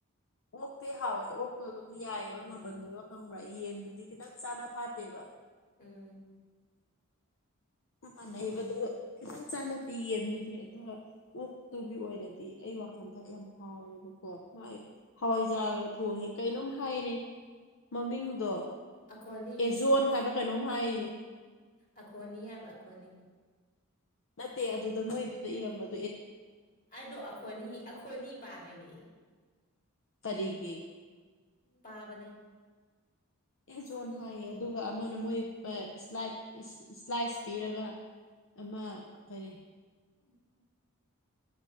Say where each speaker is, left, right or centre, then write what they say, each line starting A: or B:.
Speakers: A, on the left; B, on the left.
A: ꯑꯣꯛꯇꯤꯇ ꯍꯥꯎꯋꯦ ꯍꯣꯏ ꯑꯗꯨꯝ ꯌꯥꯏꯌꯦꯕ
B: ꯎꯝ
A: ꯃꯃꯜꯗꯨꯒ ꯌꯦꯟꯗꯨꯗꯤ ꯈꯤꯇꯪ ꯆꯥꯅ ꯐꯥꯠꯇꯦꯕ
B: ꯎꯝ
A: ꯃꯥꯟꯅꯩꯕ ꯑꯗꯨꯒ ꯈꯤꯇꯪ ꯆꯥꯅꯗꯦ ꯌꯦꯟꯗꯨꯗꯤ ꯑꯗꯨꯒ ꯑꯣꯛꯇꯨꯒꯤ ꯑꯣꯏꯅꯗꯤ ꯑꯩ ꯋꯥꯈꯟꯗ ꯌꯥꯝ ꯍꯥꯎꯋꯦꯕꯀꯣ ꯍꯣꯏ ꯍꯋꯥꯏꯖꯥꯔꯒ ꯊꯣꯡꯉꯦ ꯀꯩꯅꯣꯝ ꯍꯥꯏꯅꯦ ꯃꯃꯤꯡ ꯑꯗꯣ
B: ꯑꯈꯣꯅꯤ
A: ꯑꯦꯖꯣꯟ ꯍꯥꯏꯕ꯭ꯔꯥ ꯀꯩꯅꯣꯝ ꯍꯥꯏꯌꯦꯅꯦ
B: ꯑꯈꯣꯅꯤ ꯍꯥꯏꯕ ꯑꯈꯣꯅꯤ
A: ꯅꯠꯇꯦ ꯑꯗꯨꯗ ꯃꯣꯏꯗꯨꯗ ꯏꯔꯝꯕꯗ
B: ꯑꯗꯣ ꯑꯈꯣꯅꯤ ꯑꯈꯣꯅꯤ ꯄꯥꯗꯣꯏꯅꯦ
A: ꯀꯔꯤꯒꯤ
B: ꯄꯥꯕꯅꯦ
A: ꯑꯦꯖꯣꯟ ꯍꯥꯏꯌꯦ ꯑꯗꯨꯒ ꯑꯃꯅ ꯃꯣꯏ ꯏꯁꯥꯏ ꯏꯁ꯭ꯂꯥꯏꯁ ꯄꯤꯔꯒ ꯑꯃ ꯀꯔꯤ
B: <unintelligible>